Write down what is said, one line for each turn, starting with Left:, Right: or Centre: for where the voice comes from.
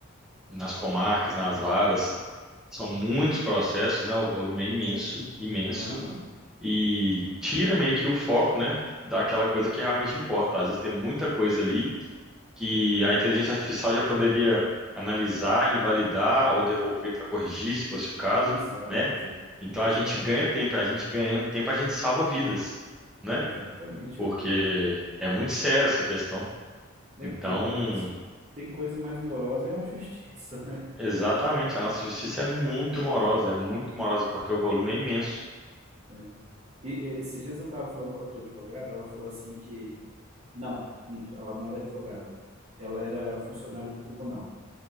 Centre: nas comarcas, nas varas, são muitos processos, né? O volume é imenso, imenso
Right: Aham,
Centre: e tira meio que o foco, né? Daquela coisa que realmente importa. Às vezes tem muita coisa ali que a inteligência artificial já poderia analisar, invalidar ou devolver para corrigir, se fosse o caso,
Right: exato,
Centre: né? Então
Right: exato,
Centre: a gente ganha tempo, a gente ganhando tempo, a gente salva vidas, né?
Right: exatamente.
Centre: Porque
Right: Eu,
Centre: é muito séria essa questão.
Right: é
Centre: Então,
Right: porque se tem coisa mais morosa é a <laughs> justiça, né?
Centre: exatamente, a nossa justiça é muito morosa, é muito morosa porque o volume é imenso.
Right: É. E, e, esses dias eu estava falando com outra advogada, ela falou assim que, não, minto, ela não era advogada, ela era funcionária do tribunal.